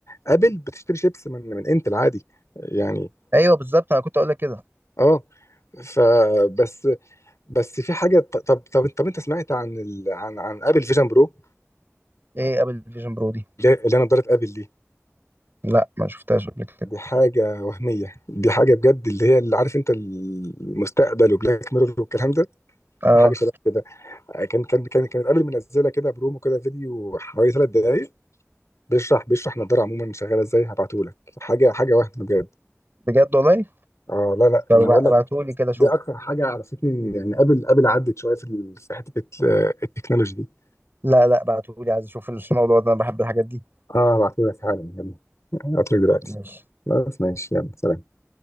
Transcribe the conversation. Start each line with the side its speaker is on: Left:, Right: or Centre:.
Left: ابل بتشتري شيبس من من انتل عادي يعني
Right: ايوه بالظبط انا كنت اقول لك كده
Left: اه فبس بس في حاجه ط- طب طب طب انت سمعت عن ال عن عن ابل فيجن برو
Right: ايه ابل فيجن برو دي
Left: اللي هي اللي انا نضاره ابل دي
Right: لا ما شفتهاش قبل كده
Left: دي حاجه وهميه دي حاجه بجد اللي هي اللي عارف انت المستقبل وبلاك ميرور والكلام ده
Right: اه
Left: دي حاجه شبه كده كان كان كان كانت ابل منزله كده برومو كده فيديو حوالي ثلاث دقائق بيشرح بيشرح نضاره عموما شغاله ازاي هبعته لك حاجه حاجه وهم بجد
Right: بجد والله
Left: اه لا لا
Right: طب
Left: يعني انا بقول
Right: ابعتهولي
Left: لك
Right: كده شوف
Left: دي اكتر حاجه عرفتني إن- يعني قبل قبل عدت شويه في ال- في حته الت- التكنولوجي دي.
Right: لا لا بعتهولي عايز اشوف الموضوع ده انا بحب الحاجات دي
Left: اه بعتهولك حالا يلا هبعتلك دلوقتي
Right: ماشي
Left: خلاص ماشي يلا سلام